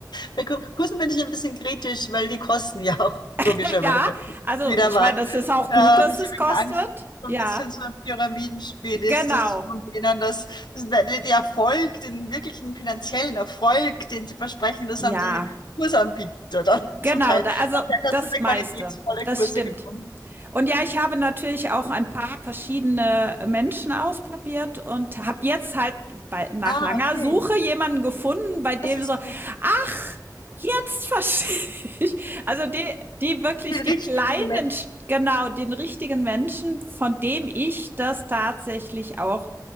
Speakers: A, on the left; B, on the right.
A: Bei Kur- Kursen bin ich ein bisschen kritisch, weil die kosten ja auch <laughs>
B: <laughs>
A: logischerweise
B: ja, also
A: wieder
B: ich
A: was.
B: meine, das ist auch
A: Und Da
B: gut, dass
A: habe ich
B: es kostet.
A: irgendwie Angst, dass es so
B: Ja,
A: ein bisschen so ein Pyramidenspiel ist,
B: genau.
A: dass von denen das, das der der Erfolg, den wirklichen finanziellen Erfolg, den sie versprechen, das
B: Ja,
A: haben die Kursanbieter dann <laughs>
B: Genau,
A: zum Teil.
B: da, also
A: Also er
B: das
A: hat so eine
B: meiste.
A: qualitätsvolle
B: Das
A: Kurse
B: stimmt.
A: gefunden.
B: Und ja, ich habe natürlich auch ein paar verschiedene Menschen ausprobiert und habe jetzt halt bei, nach
A: Ah,
B: langer
A: okay.
B: Suche jemanden gefunden, bei dem
A: Das ist
B: so,
A: gut.
B: ach, Jetzt verstehe ich. Also die die wirklich
A: Den
B: die
A: richtigen
B: kleinen
A: Match.
B: st genau, den richtigen Menschen, von dem ich das tatsächlich auch,